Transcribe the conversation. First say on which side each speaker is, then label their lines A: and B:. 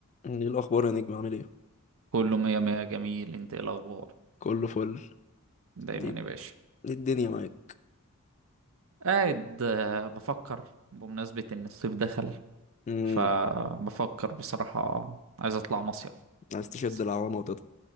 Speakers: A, on the left (about 30°); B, on the right (about 65°).
A: ايه الاخبار يا نجم عامل ايه
B: كله مية مية جميل انت ايه الاخبار
A: كله فل
B: دايما
A: ايه
B: يا باشا
A: إيه الدنيا معاك
B: قاعد آه، بفكر بمناسبة ان الصيف دخل
A: امم
B: فبفكر بصراحة عايز اطلع مصيف
A: عايز تشد
B: بس-
A: العوامه وتطلع